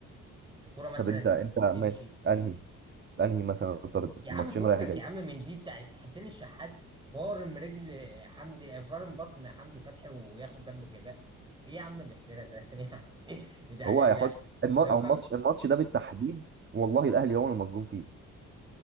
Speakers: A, on the right; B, on the right.
A: في كوره مثلا
B: طب انت انت ماشي
A: تمشي
B: انهي انهي مثلا طرد
A: يا عم
B: ماتشين
A: فكك
B: رايح جاي
A: يا عم من دي بتاعت حسين الشحات فارم رجل حمدي فارم بطن حمدي فتحي وياخد ضربة جزاء ايه يا عم الافتراء ده <laughs> يعني دي حاجة
B: هو
A: ايه
B: هيحط
A: لا
B: الم... او
A: لو كان
B: الماتش الماتش ده بالتحديد والله الاهلي هو المظلوم فيه